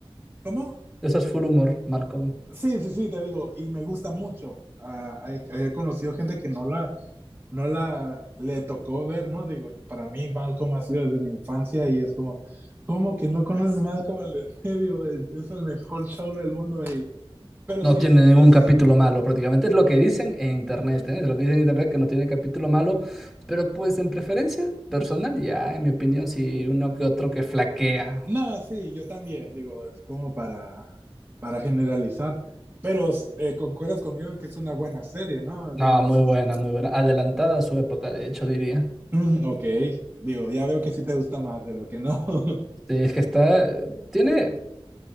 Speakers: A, on the right (about 20°); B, in the centre.
A: ¿Cómo?
B: Eso es full humor, Malcolm.
A: Sí, sí, sí, te digo, y me gusta mucho. Ah, hay- he conocido gente que no la, no la le tocó ver, ¿no? Digo, yo- para mí Malcolm ha sido desde mi infancia y es como, ¿cómo que no conoces Malcolm el del medio? El- es el mejor show del mundo. y- Pero
B: No
A: sí,
B: tiene ningún
A: es,
B: capítulo malo, prácticamente. Es lo que dicen en internet, ¿eh? Es lo que dicen en internet que no tiene capítulo malo. Pero pues en preferencia personal, ya, en mi opinión, sí uno que otro que flaquea.
A: No, sí, yo también, digo, es como para, para generalizar, pero eh, concuerdas conmigo en que es una buena serie, ¿no?
B: No,
A: Digo,
B: muy
A: es
B: buena,
A: un... <clears throat>
B: muy buena. Adelantada a su época, de hecho, diría.
A: Mm, ok, digo, ya veo que sí te gusta más de lo que no. <laughs>
B: Sí, es que está, eh, tiene,